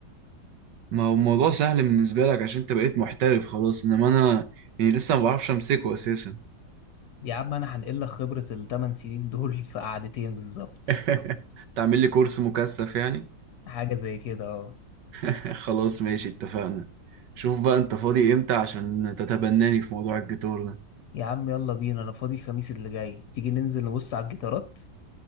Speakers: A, on the right; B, on the left.
A: ما هو الموضوع سهل بالنسبة لك عشان انت بقيت محترف خلاص انما انا يعني لسه ما بعرفش امسكه اساسا
B: يا عم انا هنقل لك خبرة الثمان سنين دول في قعدتين بالظبط
A: <laughs> تعمل لي كورس مكثف يعني
B: حاجة زي كده اه
A: <laughs> خلاص ماشي اتفقنا شوف بقى انت فاضي امتى عشان تتبناني في موضوع الجيتار ده
B: يا عم يلا بينا انا فاضي الخميس اللي جاي تيجي ننزل نبص على الجيتارات